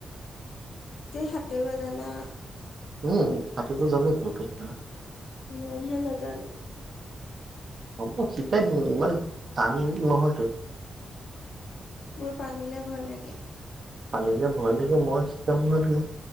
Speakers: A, on the left; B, on the right.
A: যে হাতে বজানা।
B: উম সাতোৰিব জামে ত পিদ্ধ।
A: মইহে নাজানো।
B: হ'ব, শিকাই দিম ইমান টান নহয়তো।
A: মোৰ পানীলে ভয় লাগে।
B: পানীলে ভয় লাগে, মই শিকাম নহয় তোমাক।